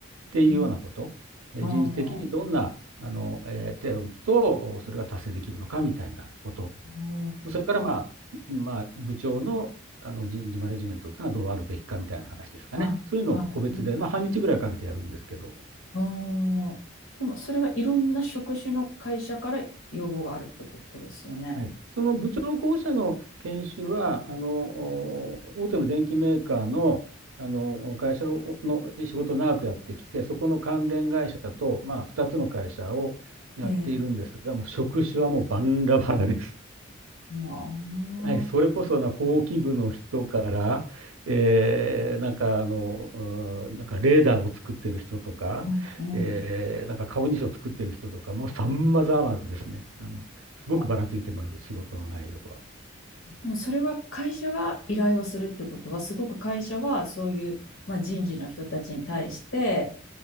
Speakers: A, on the right; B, on the left.
A: ていうようなこと。
B: う
A: 人事的にどんなあの、
B: ん、ああ、
A: えー手を打つと、それが達成できるのかみたいなこと。
B: あ
A: それから、まあ、まあ、部長の、あの人事マネジメントっていうのはどうあるべきかみたいな話ですかね。
B: あ、
A: そういうのを個別で、
B: はい、う
A: まあ、半日ぐらいかけてやるんですけど、
B: ん、ああ、でも、それはいろんな職種の会社から要望があるってことですよね。
A: はい、その部長候補者の研修は、あの、大手の電機メーカーの、あの会社の仕事を長くやってきて、そこの関連会社と、まあ、2つの会社をやっているんですが、
B: ええ、
A: もう職種はもうバンラバラです。
B: も
A: はい、それこそな、法規部の人から、えー、なんかあの、うん、なんかレーダーを作ってる人とか、
B: う、あーうん、
A: えー、
B: うん、
A: なんか顔認証を作ってる人とか、もうさまざまですね。あの、すごくばらついてます、
B: あ
A: 仕事の内容は。
B: えでもそれは会社が依頼をするってことは、すごく会社はそういう、まあ、人事の人たちに対して、